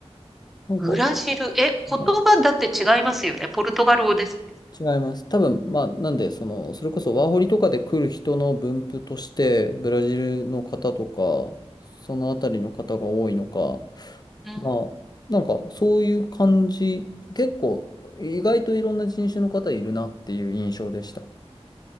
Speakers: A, on the left (about 40°); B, in the centre.
A: なんか、
B: ブラジル、え、言葉だって違いますよね。
A: はい、
B: ポルトガル語です
A: 違います。多分、まあ、なんで、その、それこそワーホリとかで来る人の分布として、ブラジルの方とか、そのあたりの方が多いのか、
B: ね。
A: まあ、なんかそういう感じ、結構意外といろんな人種の方いるなっていう印象でした。